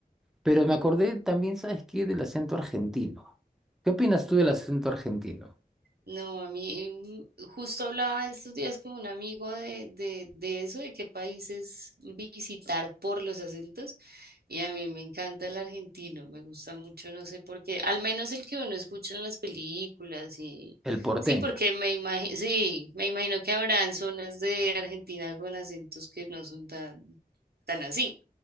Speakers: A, in the centre; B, on the right.
A: Pero me acordé también, ¿sabes qué? Del acento argentino. ¿Qué opinas tú del acento argentino?
B: No, a mí mm, justo hablaba estos días con un amigo de, de, de eso, de qué países visitar por los acentos. Y a mí me encanta el argentino, me gusta mucho, no sé por qué, al menos el que uno escucha en las películas y
A: El porteño,
B: sí, porque me imagino, sí, me imagino que habrán zonas de Argentina con acentos que no son tan tan así.